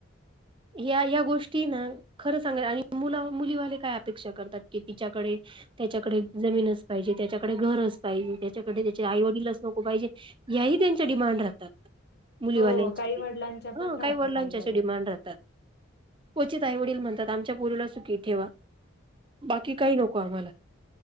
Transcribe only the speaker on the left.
हो काही वडिलांच्या पण
राहतात
आई वडला